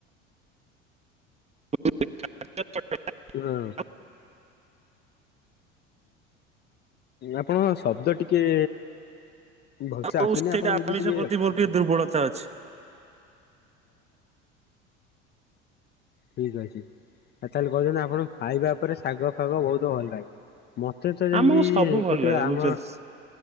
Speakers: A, on the right; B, on the left.
A: <inaudible>
B: ହଁ ଆପଣଙ୍କ ଶବ୍ଦ ଟିକେ ଭଲସେ ଆସୁନି
A: ହଉ ସେଇଟା
B: ଆପଣ ଯଦି
A: ଆମିଷ
B: ଟିକେ
A: ପ୍ରତି ମୋର ଟିକେ ଦୁର୍ବଳତା ଅଛି।
B: ଠିକ୍ ଅଛି ଆଉ ତାଲେ କହୁଚନ୍ତି ଆପଣ ଖାଇବା ଓପରେ ଶାଗ ଫାଗ ବହୁତ ଭଲ ଲାଗେ। ମତେ ତ ଯେମିତି
A: ଆମକୁ ସବୁ
B: ଏପଟେ
A: ଭଲ ଲାଗେ
B: ଆମର
A: ବୁଝୁଛନ୍ତି।